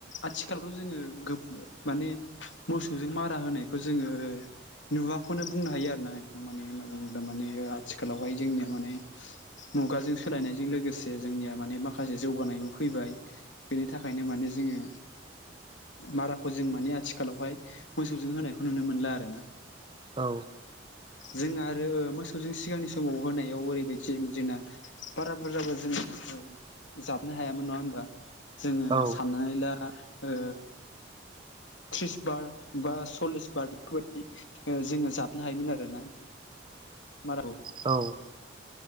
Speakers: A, on the left; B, on the right.
A: आथिखालावथ' जोङो गोब माने मोसौजों मारा होनायखौ जोङो नुवाखौनो बुंनो हायो आरो ना नोंथां। माने होनना बुङोब्ला माने आथिखालावहाय जोंनिया माने मुगाजों सोलायनायजों लोगोसे जोंनिया माने माखासे जौगानायबो फैबाय। बेनि थाखायनो माने जोङो माराखौ जों माने आथिखालावहाय मोसौजों होनायखौ नुनो मोनला आरो ना।
B: औ
A: जों आरो मोसौजों सिगांनि समाव होनायाव ओरैबायदि जायोमोन जोंना बारा बुरजाबो जोङो ओ जाबनो हायामोन नङा होमबा? जोङो
B: औ
A: साननानै ला ओ थ्रिस बार बा सल्लिस बार बेफोरबायदि ओ जोङो जाबनो हायोमोन आरोना माराखौ।
B: औ